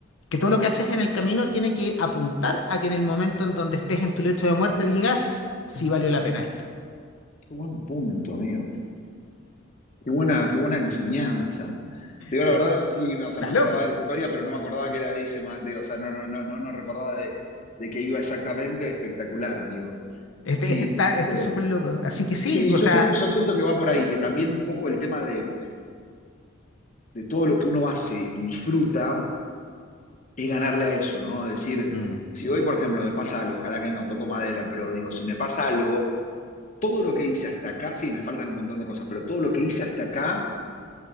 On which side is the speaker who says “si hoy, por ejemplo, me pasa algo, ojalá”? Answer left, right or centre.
Left